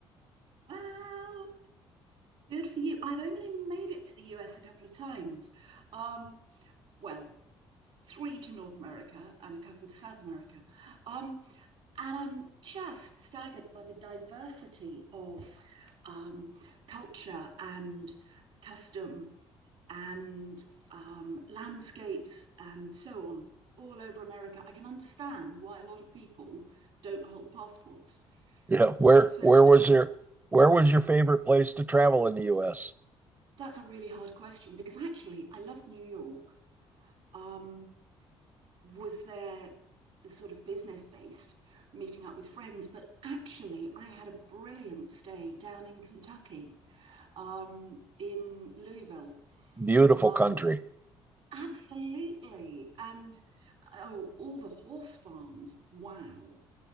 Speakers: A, on the right (about 70°); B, on the right (about 15°).
A: Wow, good for you. I've only made it to the US a couple of times. Um, well, three to North America and a couple to South America. Um, and I'm just staggered by the diversity of um, culture and custom and um, landscapes and so on all over America. I can understand why a lot of people don't hold passports.
B: Yeah,
A: You've
B: where
A: got so
B: where
A: much
B: was
A: there.
B: your where was your favorite place to travel in the U.S.?
A: That's a really hard question because actually, I loved New York. Um, was there sort of business based meeting up with friends but actually i had a brilliant stay down in kentucky um, in louisville
B: Beautiful
A: um,
B: country.
A: Absolutely. And oh, all the horse farms. Wow.